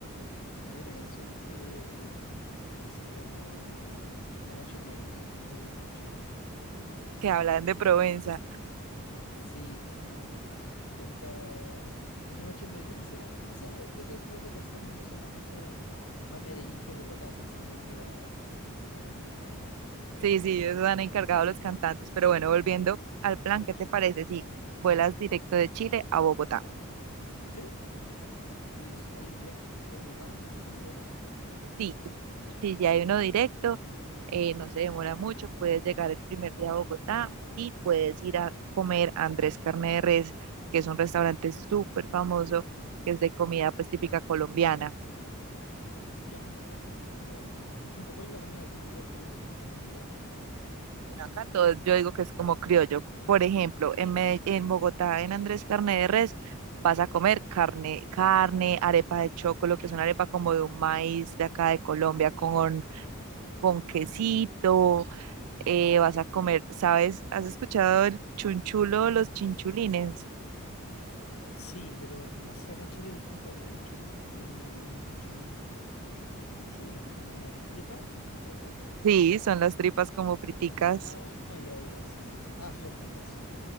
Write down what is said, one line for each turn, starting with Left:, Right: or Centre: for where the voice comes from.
Left: Hay una canción que, que se llama Una noche en Medellín, que es de un chileno. Eh,
Right: Que hablan de
Left: y
Right: Provenza.
Left: sí, como cuenta Una noche en Medellín, o sea, no sé, de eso se trata, por eso también me suena mucho más Medellín que Bogotá. Pensé yo que era la capital Medellín.
Right: Sí, sí, ellos han encargado los cantantes. Pero bueno, volviendo al plan, ¿qué te parece si vuelas directo de Chile a Bogotá?
Left: Sí, perfecto. Sí, sí, hay viajes por Latam, no sé si llegará. Yo
Right: Sí,
Left: creo que sí.
Right: si ya hay uno directo, eh, no se demora mucho, puedes llegar el primer día a Bogotá y puedes ir a comer a Andrés Carne de Res, que es un restaurante súper famoso, que es de comida pues típica colombiana.
Left: Ya, perfecto. Y ahí, por ejemplo, ¿cuál es la comida típica que, que se come allá?
Right: Bueno, acá todo, yo digo que es como criollo. Por ejemplo, en Medell- en Bogotá, en Andrés Carne de Res, vas a comer carne, carne, arepa de chocolo, que es una arepa como de un maíz de acá de Colombia, con, con quesito eh, vas a comer, ¿sabes? ¿Has escuchado el chunchulo o los chinchulines?
Left: Sí, pero no sé, acá en Chile es distinto. El chun, el chun, no, el chunchul es como tripa, ¿puede ser?
Right: Sí, son las tripas como friticas.
Left: Ah, ya, ya, sí, sí, sí. Ah, son fritas.